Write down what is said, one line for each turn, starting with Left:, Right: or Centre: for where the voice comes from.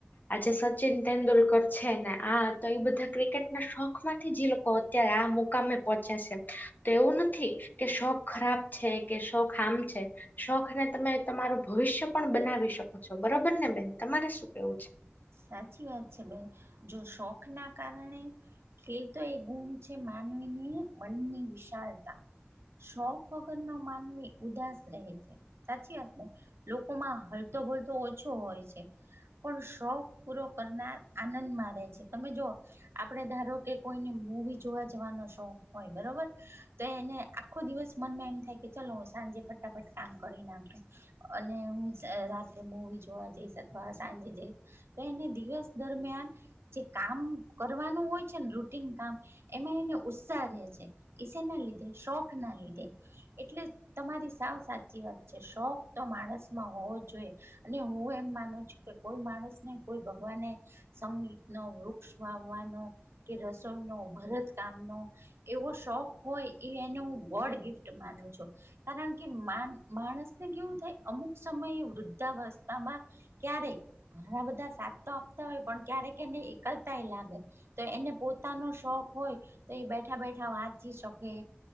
Left: આજે સત સચિન તેંદુલકર છે ને આ તો એ બધા ક્રિકેટના શોખ માંથી જી ઇ લોકો ત્યાંઆ મુકામે પહોચ્યા છે. તો એવું નથી કે શોખ ખરાબ છે. કે શોખ ખામ છે. શોખ ને તમે તમારું ભવિષ્ય પણ બનાવી શકો છો. બરોબર ને બેન તમારે શું કેવું છે?
Right: સાચી વાત છે બેન. જો શોખ ના કારણે ખેતો એ ગુમ છે માનવી ને મનની વિશાળતા શોખ વગર નો માનવી ઉદાસ રહે છે. સાચી વાત ને લોકોમાં હળતો ભળતો ઓછો હોય છે. પણ શોખ પૂરો કરનાર આનંદમાં રહે છે. તમે જોઓ આપડ ધારો કે કોઈને મૂવી જોવા જવાનો શોખ હોય બરોબર. તો એને આખો દિવસ મનમાં એમ થાય કે ચલો હું સાંજે ફટાફટ કામ કરી નાખીશ. અને હું રાત્રે મુવી જોવા જઈશ અથવા સાજે જે તો એને દિવસ દરમિયાન જે કામ કરવાનું હોય છે ને રૂટન કામ. એમાં એને ઉત્સાહ રહે છે. ઈ શેના લીધે શોખ ના લીધે. એટલે તમારી સાવ સાચી વાત છે. શોખ તો માણસ માં હોવ જ જોએ અને હું એમ માનું છું કે કોઈ માણસ ને કોઈ ભગવાન ને સંગીતનો, વૃક્ષ વાવવાનો કે રસોઈનો, ભરત કામનો એવો શોખ હોય એ એને હું ગોડ ગિફ્ટ માનું છું. કારણ કે માન માણસ ને કેવું થાય અમુક સમયે વૃદ્ધાવસ્થામાં ક્યારેક ઘણા બધા સાથ તો આપતા હોય પણ ક્યારેક એને એકલતાય લાગે. તો એને પોતાનો શોખ હોય તો એ બેઠા બેઠા વાંચી શકે.